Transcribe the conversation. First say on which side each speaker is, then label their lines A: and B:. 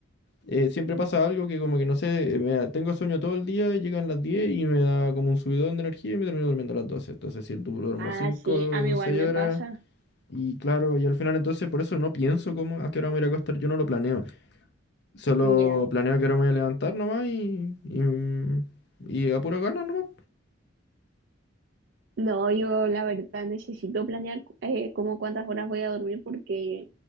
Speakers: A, on the left; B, on the right.
A: eh, siempre pasa algo que como que no sé, me da- tengo sueño todo el día, llegan las 10 y me da como un subidón de energía y me termino durmiendo a las doce Entonces, si du- duermo
B: Ah,
A: 5
B: sí, a mí igual
A: o 6
B: me
A: horas
B: pasa.
A: y claro, y al final entonces por eso no pienso como a qué hora me voy a ir a acostar, yo no lo planeo. Solo
B: Ya.
A: planeo a qué hora me voy a levantar nomás y, y, mm, y a pura gana nomás.
B: No, yo la verdad necesito planear eh, como cuántas horas voy a dormir porque